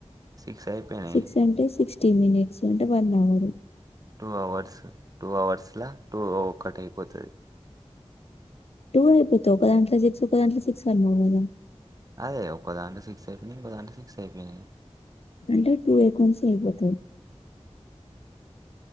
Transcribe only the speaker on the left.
సిక్స్ అంటే సిక్స్ ఫిఫ్టీ మినిట్స్ అంటే one hour
two అయిపోత ఒకదంట్లా సిక్స్ ఒక దాంట్లో సిక్స్ అన్నావ్ గదా
అంటే టూ అకౌంట్స్ అయిపోతాయి